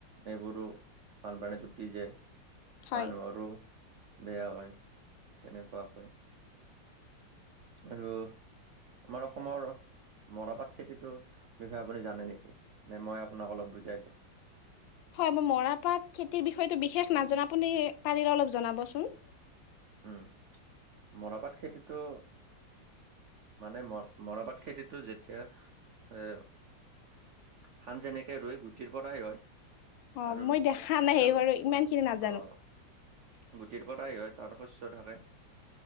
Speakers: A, on the right; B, on the left.
A: এইবোৰো বানপানী উতি যায়।
B: হয়।
A: মানুহৰো বেয়া হয় তেনেকুৱা কৈ। আৰু আমাৰ অসমৰ- মৰপাট খেতিটোৰ বিষয়ে আপুনি জানে নেকি নে? মই আপোনাক অলপ বুজাই দিম।
B: হয়, মই মৰাপাট খেতিৰ বিষয়টো বিশেষ নাজানো আপুনি পাৰিলে অলপ জনাবচোন।
A: উম, মৰাপাট খেতিটো মানে ম মৰাপাট খেতিতো যেতিয়া এ ধান যেনেকে ৰুৱে পৰাই হয়
B: অ
A: আৰু
B: মই
A: তেওঁলোক
B: দেখা নাই বাৰু ইমান খিনি নাজানো।
A: আহ গুটিৰ পৰাই হয়, তাৰ শস্য থাকে,